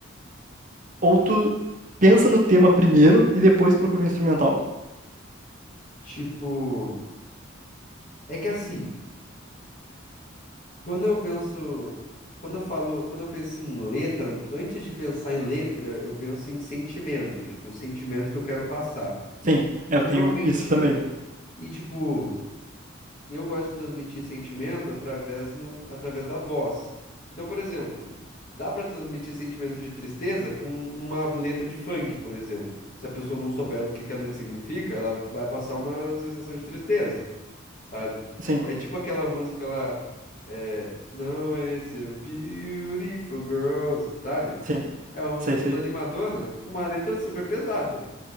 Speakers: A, on the right; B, on the left.
A: ou tu pensa no tema primeiro e depois procura um instrumental.
B: Tipo, é que assim. Quando eu penso, quando eu falo, quando eu penso em letra, antes de pensar em letra, eu penso em sentimento, tipo, o sentimento que eu quero passar.
A: Sim, eu
B: E
A: tenho
B: normalmente,
A: isso também.
B: e tipo, eu gosto de transmitir sentimento através no, através da voz. Então, por exemplo, dá pra transmitir sentimento de tristeza com uma letra de funk, por exemplo. Se a pessoa não souber o que que a letra significa, ela vai passar uma sensação de tristeza sabe?
A: Sim,
B: É tipo aquela música lá, é, Não é seu beautiful girls, sabe?
A: sim,
B: É uma música
A: sei,
B: toda
A: sei.
B: animadona, com uma letra super pesada.